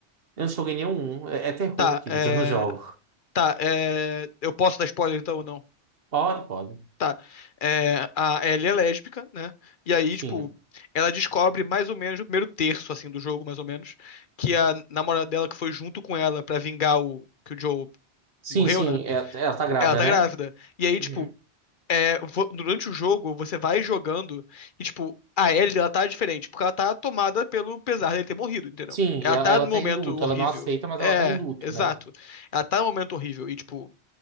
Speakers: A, on the right; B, on the left.
A: Eu não joguei nenhum. É, é terror,
B: Tá,
A: querido,
B: é...
A: eu não jogo.
B: Tá, é... Eu posso dar spoiler, então, ou não?
A: Pode, pode.
B: Tá. É... A Ellie é lésbica, né? E aí,
A: Sim.
B: tipo, ela descobre mais ou menos, no primeiro terço, assim, do jogo, mais ou menos, que a namorada dela que foi junto com ela pra vingar o... que o Joe
A: Sim,
B: morreu,
A: sim,
B: né?
A: é- ela tá grávida,
B: Ela tá
A: né?
B: grávida. E aí, tipo,
A: Uhum.
B: é, vo- durante o jogo, você vai jogando e, tipo, a Ellie, ela tá diferente, porque ela tá tomada pelo pesar dele ter morrido, entendeu?
A: Sim,
B: Ela
A: ela,
B: tá
A: ela
B: no momento
A: tá em luto.
B: horrível.
A: Ela não aceita, mas
B: É,
A: ela tá em luto,
B: exato.
A: né?
B: Ela tá no momento horrível e, tipo...